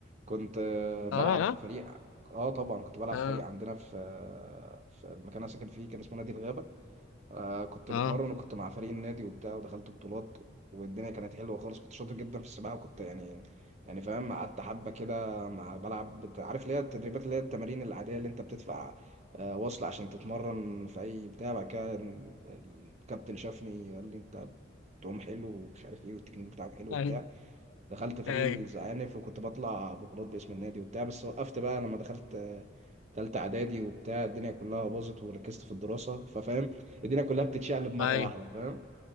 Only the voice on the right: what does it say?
كنت آه، بلعب
في
فريق اه طبعا كنت بلعب
في فريق عندنا في آه، في المكان اللي أنا ساكن فيه كان اسمه نادي الغابه آه كنت
بتمرن وكنت مع فريق النادي وبتاع ودخلت بطولات والدنيا كانت حلوه خالص كنت شاطر جدا في السباحه وكنت يعني يعني فاهم قعدت حبه كده مع بلعب بت- عارف اللي هي التدريبات اللي هي التمارين العاديه اللي انت بتدفع آه وصل عشان تتمرن في اي بتاع بعد كده الكابتن شافني قال لي انت بتعوم حلو ومش عارف ايه والتكنيك بتاعك حلو وبتاع
دخلت فريق
الزعانف وكنت بطلع بطولات باسم النادي وبتاع بس وقفت بقى لما دخلت آه، تالتة إعدادي وبتاع الدنيا كلها باظت وركزت في الدراسة ففاهم الدنيا كلها بتتشقلب مرة
واحدة فاهم